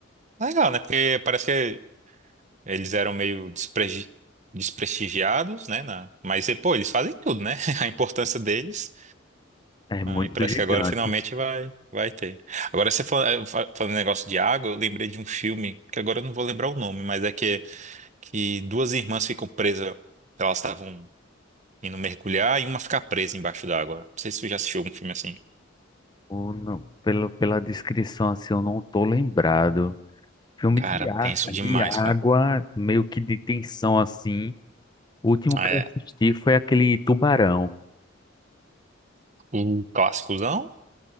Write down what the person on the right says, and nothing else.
Legal, né? Porque parece que eles eram meio despregi- desprestigiados, né? na- Mas, pô, eles fazem tudo, né? <laughs> A importância deles.
Ah, e parece
que agora finalmente vai, vai ter. Agora você fala- eh, fa- falando negócio de água, eu lembrei de um filme, que agora eu não vou lembrar o nome, mas é que, que duas irmãs ficam presas, elas estavam indo mergulhar e uma fica presa embaixo d'água. Não sei se você já assistiu algum filme assim.
Cara,
tenso demais,
pô.
Ah,
é
o clássicozão